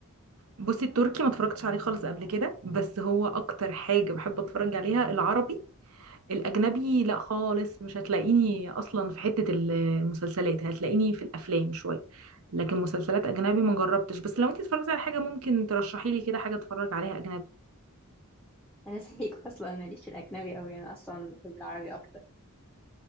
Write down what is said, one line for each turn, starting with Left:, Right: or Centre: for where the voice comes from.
Right: بصي التركي ما اتفرجتش عليه خالص قبل كده بس هو اكتر حاجة بحب اتفرج عليها العربي الاجنبي لا خالص مش هتلاقيني اصلا في حتة ال- المسلسلات هتلاقيني في الافلام شوية لكن مسلسلات اجنبي ما جربتش بس لو انت اتفرجتي على حاجة ممكن ترشحي لي كده حاجة اتفرج عليها اجنبي
Centre: انا <laughs> زيك اصلا ماليش في الاجنبي قوي انا اصلا بحب العربي اكتر